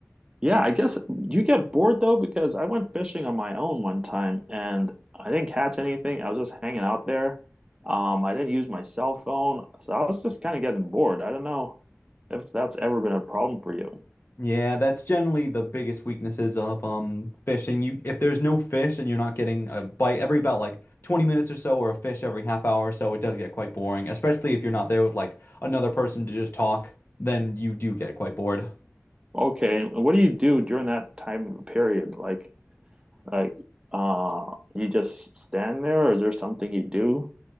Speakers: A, on the right (about 20°); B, on the left (about 50°).
A: Yeah, I guess you get bored though because I went fishing on my own one time and I didn't catch anything. I was just hanging out there. Um, I didn't use my cell phone, so I was just kind of getting bored. I don't know if that's ever been a problem for you.
B: Yeah, that's generally the biggest weaknesses of um fishing. You if there's no fish and you're not getting a bite every about like 20 minutes or so or a fish every half hour or so, it does get quite boring, especially if you're not there with like another person to just talk, then you do get quite bored.
A: Okay, and what do you do during that time period? Like, like, uh, you just stand there, or is there something you do?